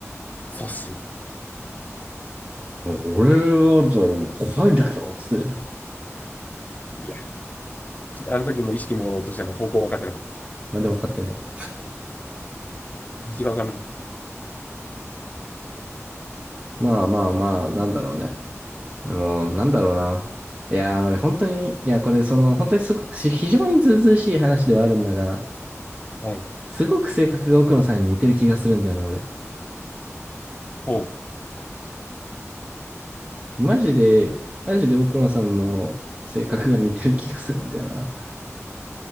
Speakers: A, on the left (about 30°); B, on the right (about 30°).
A: そうっす。
B: あ俺はあるともう怖いんだけど、つってたよ。
A: いや、あの時も意識もろうとしての方向分かってなかったです。
B: なんで分かってないって。
A: 道が分からなかっ
B: まあまあまあ、なんだろうね。もう、なんだろうな。いやー、俺本当に、いや、これその、本当にすごくし非常にずうずうしい話ではあるんだが、
A: た。はい。
B: すごく性格が奥野さんに似てる気がするんだよな、俺。
A: ほう。
B: マジで、マジで奥野さんの性格が似てる気がするんだよな。